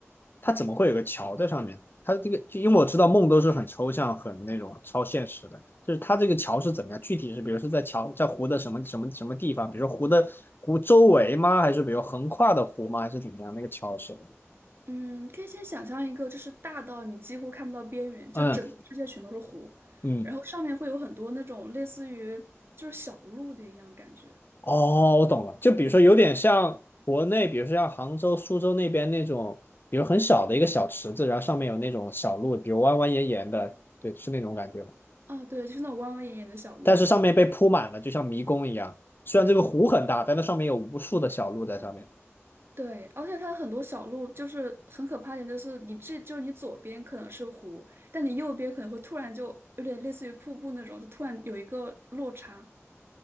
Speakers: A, on the left; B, on the right.
A: 它怎么会有个桥在上面？它这个，就因为我知道梦都是很抽象、很那种超现实的，就是它这个桥是怎么样？具体是比如说在桥在湖的什么什么什么地方？比如说湖的湖周围吗？还是比如横跨的湖吗？还是怎么样？那个桥是？
B: 嗯，可以先想象一个，就是大到你几乎看不到边缘，就整个世界全都是湖，
A: 嗯嗯，
B: 然后上面会有很多那种类似于就是小路的一样感觉。
A: 哦，我懂了。就比如说有点像国内，
B: 对，
A: 比如说像杭州、苏州那边那种，比如很小的一个小池子，然后上面有那种小路，比如弯弯延延的，对，是那种感觉吗？
B: 啊对，就是那种弯弯眼眼的小路。
A: 但是上面被铺满了，就像迷宫一样。虽然这个湖很大，但它上面有无数的小路在上面。
B: 对，而且它很多小路就是很可怕一点，就是你这就你左边可能是湖，但你右边可能会突然就有点类似于瀑布那种，就突然有一个落差，